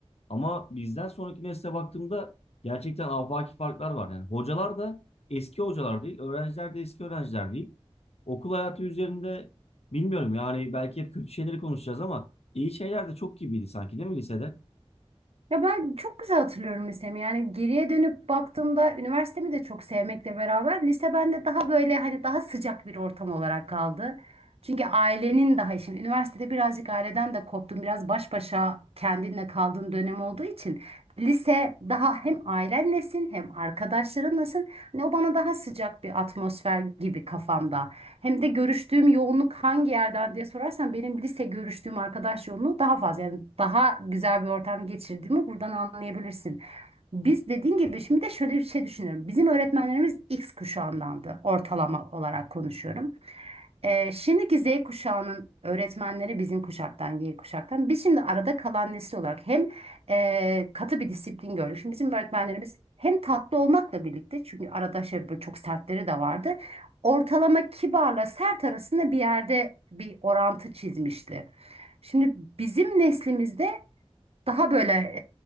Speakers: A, on the left; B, on the right.
A: Ama bizden sonraki nesle baktığımda gerçekten afaki farklar var. Yani hocalar da eski hocalar değil, öğrenciler de eski öğrenciler değil. Okul hayatı üzerinde bilmiyorum yani belki hep kötü şeyleri konuşacağız ama iyi şeyler de çok gibiydi sanki değil mi lisede?
B: Ya ben çok güzel hatırlıyorum lisemi. Yani geriye dönüp baktığımda üniversitemi de çok sevmekle beraber lise bende daha böyle hani daha sıcak bir ortam olarak kaldı. Çünkü ailenin daha şimdi üniversitede birazcık aileden de koptun, biraz baş başa kendinle kaldığın dönem olduğu için lise daha hem ailenlesin hem arkadaşlarınlasın Hani o bana daha sıcak bir atmosfer gibi kafamda. Hem de görüştüğüm yoğunluk hangi yerden diye sorarsan benim lise görüştüğüm arkadaş yoğunluğu daha fazla. Yani daha güzel bir ortam geçirdiğimi buradan anlayabilirsin. Biz dediğin gibi şimdi de şöyle bir şey düşünüyorum. Bizim öğretmenlerimiz X kuşağındandı ortalama olarak konuşuyorum. Ee, şimdiki Z kuşağının öğretmenleri bizim kuşaktan, Y kuşaktan. Biz şimdi arada kalan nesil olarak hem e, katı bir disiplin gördük. Şimdi bizim öğretmenlerimiz hem tatlı olmakla birlikte çünkü arada şey böyle çok sertleri de vardı. Ortalama kibarla sert arasında bir yerde bir orantı çizmişti. Şimdi bizim neslimizde daha böyle